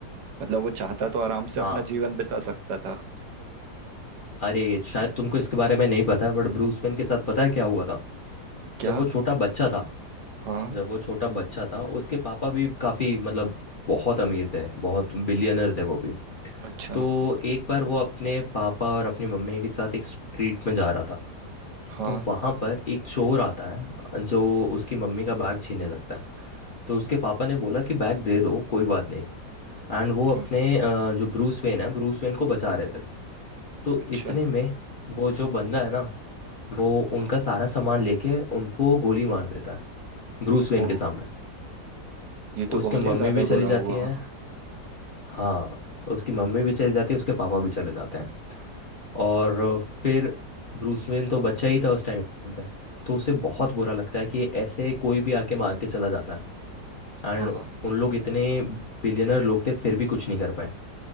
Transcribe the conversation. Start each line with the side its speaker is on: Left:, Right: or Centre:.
Right: मतलब वो चाहता तो आराम से
Left: हाँ
Right: अपना जीवन बिता सकता था
Left: अरे शायद तुमको इसके बारे में नहीं पता है बट ब्रूस वेन के साथ पता है क्या हुआ था
Right: क्या
Left: जब वो छोटा बच्चा था
Right: हाँ
Left: जब वो छोटा बच्चा था उसके पापा भी काफी मतलब बहुत अमीर थे बहुत बिलियनर थे वो भी
Right: अच्छा
Left: तो एक बार वो अपने पापा और अपनी मम्मी के साथ एक स्ट्रीट में जा रहा था
Right: हाँ
Left: तो वहां पर एक चोर आता है जो उसकी मम्मी का बैग छीनने लगता है तो उसके पापा ने बोला कि बैग दे दो कोई बात नहीं एंड वो
Right: हाँ
Left: अपने अ, जो ब्रूस वेन है ब्रूस वेन को बचा रहे थे तो
Right: अच्छा
Left: इतने में वो जो बंदा है ना वो
Right: हाँ
Left: उनका सारा सामान लेके उनको गोली मार देता है ब्रूस वेन
Right: ओ
Left: के सामने
Right: ये तो
Left: उसके
Right: बहुत
Left: मम्मी
Right: ही ज्यादा
Left: भी चली
Right: बुरा
Left: जाती
Right: हुआ
Left: है हाँ उसकी मम्मी भी चली जाती है उसके पापा भी चले जाते हैं और फिर ब्रूस वेन तो बच्चा ही था उस टाइम पे तो उसे बहुत
Right: हम्म,
Left: बुरा लगता है कि ऐसे कोई भी आके मार के चला जाता है
Right: हाँ
Left: एंड उन लोग इतने बिलियनर लोग थे फिर भी कुछ नहीं कर पाए